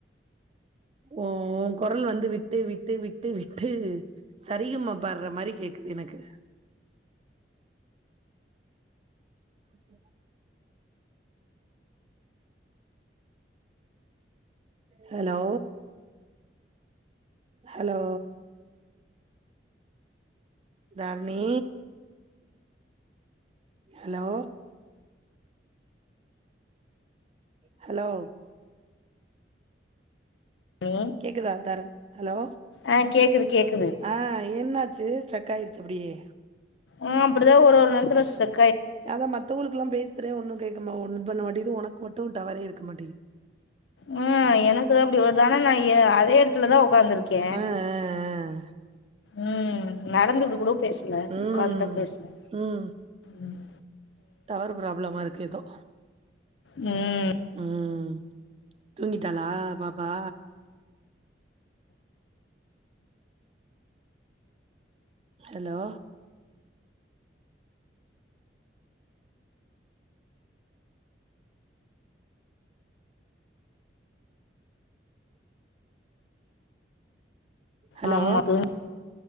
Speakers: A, on the right; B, on the left.
A: உம் ஓ குரல் வந்து விட்டு விட்டு விட்டு விட்டு சரிகமா பாடுற மாரி கேக்குது எனக்கு சரி hello hello Dharani hello hello
B: பண்ணி
A: கேக்குதா தர ஹலோ
B: ஆ கேக்குது கேக்குது
A: ஆஹ் என்ன ச்சு ஸ்டக் ஆயிடுச்சு அப்படியே
B: ஆஹ் அப்படிதான் ஒரு நேரத்து ஸ்டக்
A: அதான் மத்தவங்களுக்குல்லாம் பேச பேசுற ஒன்னும் கேக்க ஒன்னும் பண்ண மாட்டேது உனக்கு மட்டும் டவறே இருக்க மாட்டேது
B: உம் எனக்குதான் அப்படி வருது ஆனா நா எ அதே இடத்துலதான் உட்கார்ந்திருக்கேன்
A: ஆ ஆ
B: உம் நடந்து விடுக்கணு பேசுனே
A: ஆ ம்
B: உக்காந்தா பேசுனே
A: ம்
B: உம்
A: டவர் ப்ராபுளமா இருக்கு எதோ
B: உம்
A: உம் தூங்கிடாளா பாப்பா ஹலோ ஹலோ
B: ஆமா தூங்